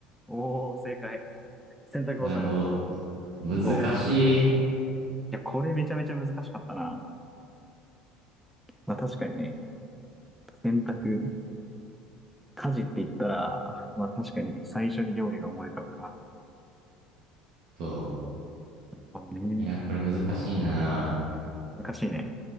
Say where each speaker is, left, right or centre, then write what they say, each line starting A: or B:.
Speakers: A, in the centre; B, on the right (about 65°).
A: おー、正解。洗濯バサミ。
B: なるほど。難しい。
A: そう。いや、これめちゃめちゃ難しかったな。まあ確かにね、洗濯家事って言ったら、まあ確かに最初に料理が思い浮かぶか。
B: そ
A: そうね。
B: う。いや、これ難しいな。
A: 難しいね。